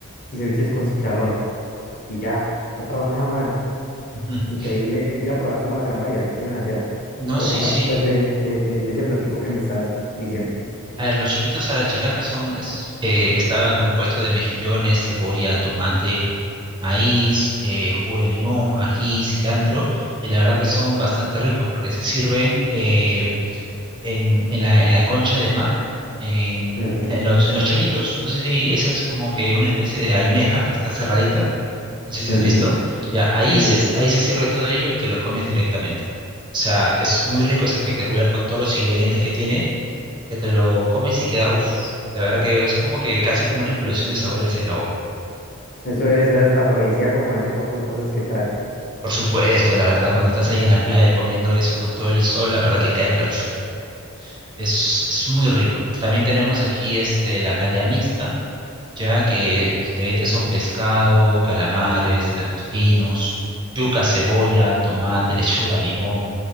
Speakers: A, on the left; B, on the right.
A: y ceviches con chicharrón. Y ya, no he probado nada más.
B: <laughs> Ujú.
A: Increíble ir a probar como la gran variedad que tienen allá.
B: No,
A: Pero
B: sí,
A: contame
B: sí.
A: pues de, de, de, de ese platico que me estabas diciendo.
B: A ver, los choritos a la chalaca son, es, eh, está compuesto de mejillones, cebolla, tomate, maíz, eh, jugo de limón, ají, cilantro, y la verdad que son bastante ricos porque se sirven eh, en, en la, en la concha de mar, en,
A: Ujú,
B: en los, en los choritos, no sé si esa es como que una especie de almeja que está cerradita, no sé si
A: ujú.
B: has visto, ya ahí
A: Sí, sí,
B: se,
A: sí.
B: ahí se sirve todo ello y te lo comes directamente. O sea, es muy rico, es espectacular con todos los ingredientes que tiene, que te lo comes y queda, uff, la verdad que es como que casi como una explosión de sabores en la boca.
A: Eso debe ser hasta afrodisíaco con ese poco de cosas que trae.
B: Por supuesto, la verdad, cuando estás ahí en la playa comiendo eso con todo el sol, la verdad que cae perfecto. Es, es muy rico. También tenemos aquí este, la jalea mixta, ya que los ingredientes son pescado, calamares, langostinos, yuca, cebolla, tomate, <laughs> lechuga, limón.